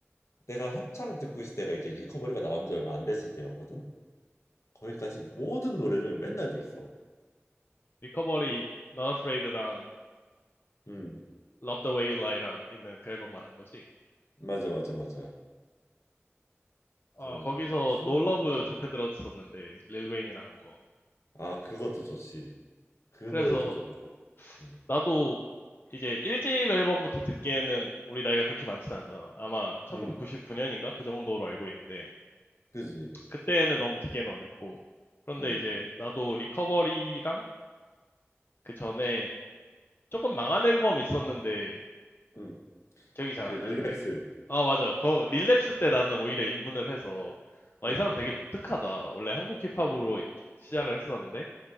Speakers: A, on the left; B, on the left.
A: 내가 한창 듣고 있을 때가 이제 리커버리가 나온 지 얼마 안 됐을 때였거든 거기까지 모든 노래를 맨날 들었어
B: 리커버리, Not Afraid랑
A: 음
B: Love the Way You Lie랑 있는 그 앨범 말한 거지.
A: 맞아 맞아 맞아
B: 어,
A: 그래서
B: 거기서
A: 추억이
B: No Love
A: 음.
B: 좋게 들었었는데 릴 웨인이랑 한 거.
A: 아 그것도 좋지 그 노래도
B: 그래서
A: 좋고 음,
B: 나도 이제 1집 앨범부터 듣기에는 우리 나이가 그렇게 많지는 않잖아. 아마 1999년인가?
A: 음
B: 그 정도로 알고 있는데,
A: 그지
B: 그때는 너무 듣기에는 어렵고. 그런데
A: 음
B: 이제 나도 리커버리랑 그 전에 조금 망한 앨범 있었는데
A: 음.
B: 기억이 잘
A: 그
B: 안 나네.
A: 릴랩스.
B: 그, 아, 맞아. 그 릴랩스 때 나는 오히려 입문을 해서 와,
A: 응,
B: 이 사람 되게 독특하다. 원래 한국 힙합으로
A: 응,
B: 시작을 했었는데